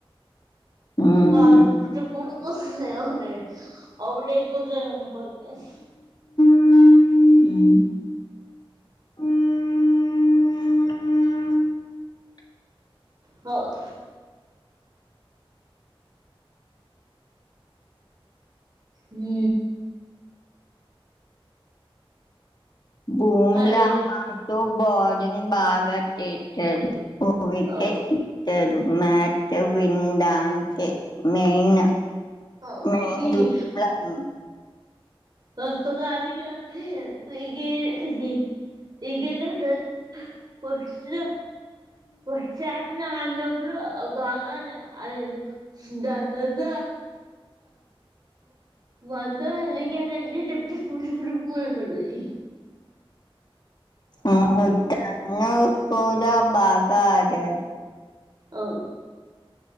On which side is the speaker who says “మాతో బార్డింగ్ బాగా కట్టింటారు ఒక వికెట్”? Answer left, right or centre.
Left